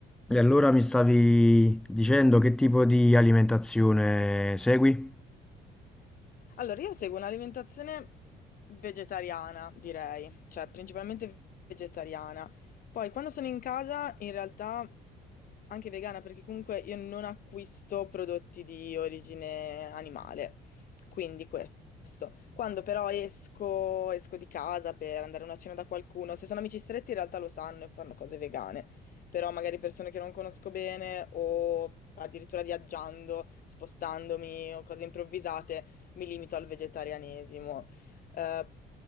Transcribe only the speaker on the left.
Allora, io seguo un'alimentazione vegetariana, direi, cioè principalmente vegetariana. Poi quando sono in casa, in realtà anche vegana, perché comunque io non acquisto prodotti di origine animale, quindi questo. Quando però esco, esco di casa per andare a una cena da qualcuno, se sono amici stretti in realtà lo sanno e fanno cose vegane, però magari persone che non conosco bene o addirittura viaggiando, spostandomi o cose improvvisate, mi limito al vegetarianesimo. Eh,